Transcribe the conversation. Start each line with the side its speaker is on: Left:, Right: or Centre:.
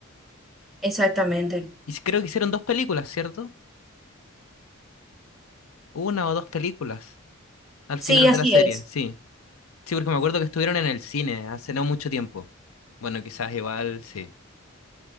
Centre: Exactamente.
Left: Y sí, creo que hicieron dos películas, ¿cierto? Una o dos películas al
Centre: Sí,
Left: final
Centre: así
Left: de la serie,
Centre: es.
Left: sí. Sí, porque me acuerdo que estuvieron en el cine hace no mucho tiempo. Bueno, quizás igual, sí.